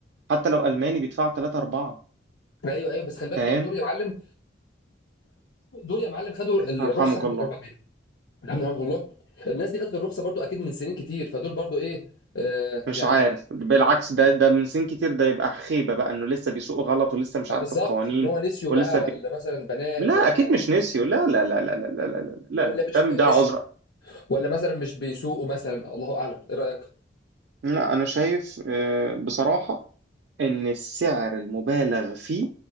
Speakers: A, on the right; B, on the left.
A: حتى لو ألماني بيدفع 3 4
B: ايوه ايوه بس خلي بالك
A: فاهم
B: في- دول يا معلم دول يا معلم خدوا الرخصه
A: يرحمك
B: احنا
A: الله
B: بنقول عليهم. الحمد لله والله الناس دي خدت الرخصه برضو اكيد من سنين كتير فدول برضو ايه آه
A: مش
B: يعني
A: عارف بالعكس ده ده من سن كتير ده يبقى خيبة بقى انه لسه بيسوق غلط ولسه مش
B: اه
A: عارف
B: بالظبط
A: القوانين
B: ان هو نسيوا
A: ولسه
B: بقى
A: بي...
B: ولا مثلا بنات
A: لا
B: ولا
A: اكيد مش نسيوا لا لا لا لا لا لا لا لا لا
B: ولا
A: لا لا ده
B: مش مش
A: ده عذر
B: ولا مثلا مش بيسوقوا مثلا الله اعلم ايه رايك؟
A: لا انا شايف آه، بصراحة إن السعر المبالغ فيه